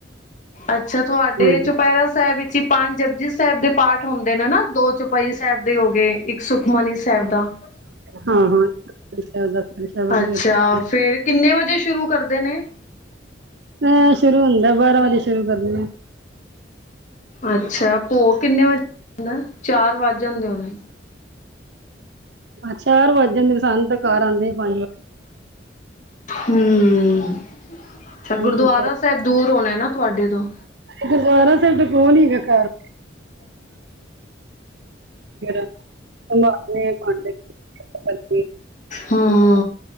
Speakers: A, on the left (about 40°); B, on the right (about 60°).
A: ਅੱਛਾ ਤੁਹਾਡੇ
B: ਹੂੰ
A: ਚੁਪਹਿਰਾ ਸਾਹਿਬ ਵਿੱਚ ਹੀ ਪੰਜ ਜਪੁਜੀ ਸਾਹਿਬ ਦੇ ਪਾਠ ਹੁੰਦੇ ਨੇ ਨਾ ਦੋ ਚ ਚੌਪਈ ਸਾਹਿਬ ਦੇ ਹੋ ਗਏ ਇੱਕ ਸੁਖਮਨੀ ਸਾਹਿਬ ਦਾ
B: ਹਾਂ ਜੁਪਜੀ ਸਾਹਿਬ ਚੋਪਈ
A: ਅੱਛਾ
B: ਸਾਹਿਬ
A: ਫੇਰ ਕਿੰਨੇ ਵਜੇ ਸ਼ੁਰੂ ਕਰਦੇ ਨੇ
B: ਇਹ ਸ਼ੁਰੂ ਹੁੰਦਾ ਬਾਰਾਂ ਵਜੇ ਸ਼ੁਰੂ ਕਰਦੇ ਆ
A: ਅੱਛਾ ਭੋਗ ਕਿੰਨੇ ਵਜੇ ਪੇਂਦਾ ਚਾਰ ਵੱਜ ਜਾਂਦੇ ਹੋਣੇ
B: ਚਾਰ ਵੱਜ ਜਾਂਦੇ ਸਾਨੂੰ ਤਾਂ ਘਰ ਆਉਂਦੇ ਹੀ ਪੰਜ
A: ਹਮ ਅੱਛਾ
B: ਪੰਜ
A: ਗੁਰਦੁਆਰਾ ਸਾਹਿਬ ਦੂਰ ਹੋਣਾ ਨਾਂ ਤੁਹਾਡੇ ਤੋਂ
B: ਗੁਰਦੁਆਰਾ ਓਹ ਨਹੀਂ ਹੈਗਾ ਘਰ ਸੰਭਾਲਦੇ ਆ ਭਾਂਡੇ ਕਰਕੇ
A: ਹਾਂ